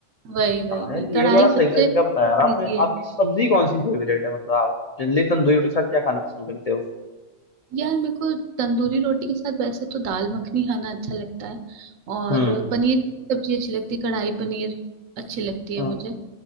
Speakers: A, on the right (about 80°); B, on the left (about 75°).
A: वही वही
B: हाँ यार
A: वही
B: ये
A: कढ़ाई
B: बड़ा सही
A: सबसे
B: तरीका बताया यार आपने
A: इजी है
B: आपकी सब्जी कौन सी फेवरेट है मतलब आप जनरली तंदूरी रोटी के साथ क्या खाना पसंद करते हो
A: यार मेरे को तंदूरी रोटी के साथ वैसे तो दाल मखनी खाना अच्छा लगता है और
B: हम्म
A: पनीर की सब्जी अच्छी लगती है कढ़ाई पनीर अच्छी लगती है
B: हम्म
A: मुझे